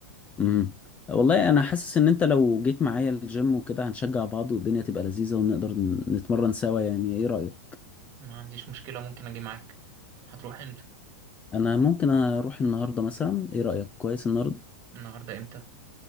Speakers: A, on the left; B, on the right.
A: امم والله انا حاسس ان انت لو جيت معايا الجيم وكده هنشجع بعض والدنيا تبقى لذيذة ونقدر ن- نتمرن سوا يعني ايه رأيك
B: ما عنديش مشكله ممكن اجي معاك هتروح امتى
A: انا ممكن اروح النهاردة مثلا ايه رأيك كويس النهاردة
B: النهارده امتى